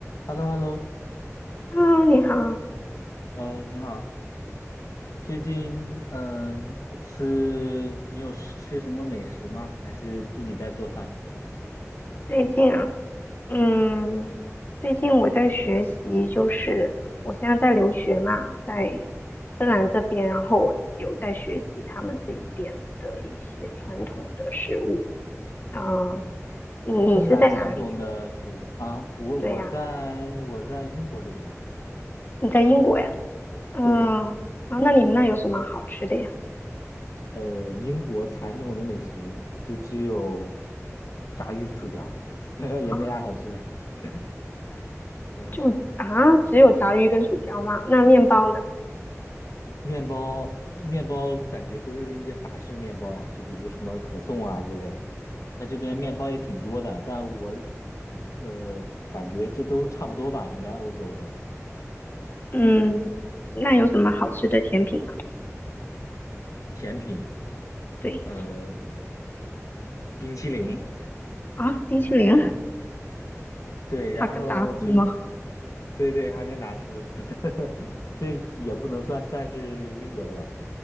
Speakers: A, on the left; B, on the left.
A: h e l l o h e l l o
B: Hello，你好，
A: 呃，你好，最近呃吃你有吃吃什么美食吗？还是自己在做饭？
B: 最近啊，嗯，最近我在学习，就是我现在在留学嘛，在芬兰这边，然后我有在学习他们这一边的一些传统的食物。啊、你你是在哪里呀？
A: 芬兰传统的食物啊，我我在我在英国这边啊，
B: 对呀，你在英国呀？嗯，
A: 对，
B: 啊，那你们那有什么好吃的呀？
A: 呃，英国传统的美食就只有炸鱼薯条，<laughs>
B: 啊，
A: 也没啥好吃的。<laughs> 嗯
B: 就啊，只有炸鱼跟薯条吗？那面包呢？
A: 面包面包感觉都是一些法式面包呀，就比如说什么可颂啊之类的，在这边面包也挺多的，但我呃感觉这都差不多吧，应该欧洲都
B: 嗯，那有什么好吃的甜品吗？
A: 甜品，
B: 对
A: 呃，冰淇淋，
B: 啊，冰淇淋。
A: 对，
B: 哈根达斯吗？
A: 然后就对对哈根达斯，<laughs> 这也不能算算是英国的吧，